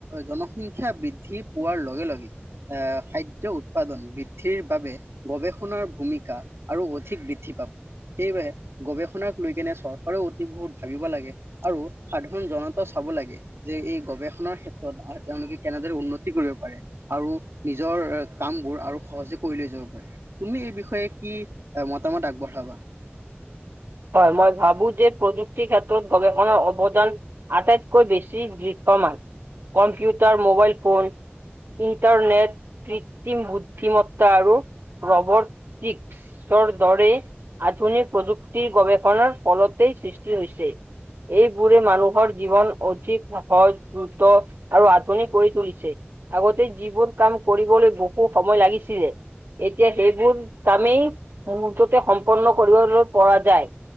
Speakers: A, on the right; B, on the right.
A: জনসংখ্যা বৃদ্ধি পোৱাৰ লগে লগে, আহ', খাদ্য উৎপাদন বৃদ্ধিৰ বাবে- গৱেষণাৰ ভূমিকা আৰু অধিক বৃদ্ধি পাব। সেইবাবে গৱেষণাক লৈ কেনে চৰকাৰে- বহুত ভাবিব লাগে। আৰু সাধাৰণ জনতাও চাব লাগে, যে এই গৱেষণাৰ ক্ষেত্ৰত- তেওঁলোকে কেনেদৰে উন্নতি কৰিব পাৰে। আৰু নিজৰ কাম বোৰ আৰু সহজে কৰি লৈ যাব পাৰে। তুমি এই বিষয়ে কি মতামত আগবঢ়াবা।
B: হয় মই ভাবোঁ যে প্ৰযুক্তিৰ ক্ষেত্ৰত গৱেষণাৰ অৱদান- আটাইতকৈ বেছি বৃক্ষমান। কম্পিউটাৰ মোবাইল- ফোন ইণ্টাৰনেট- ক্ৰিম বুদ্ধিমত্তা আৰু প্ৰৱৰ্তিক- বিশ্বৰ দৰে আধুনিক প্ৰযুক্তিৰ গৱেষণাৰ ফলতেই সৃষ্টি হৈছে। এইবোৰে মানুহৰ জীৱন অধিক সহজ দ্ৰুত- আৰু আধুনিক কৰি তুলিছে। আগতে যিবোৰ কাম কৰিবলৈ বহু সময় লাগিছিলে - এতিয়া সেইবোৰ কামেই মুহ্ততে সম্পন্ন কৰিবলৈ পৰা যায়।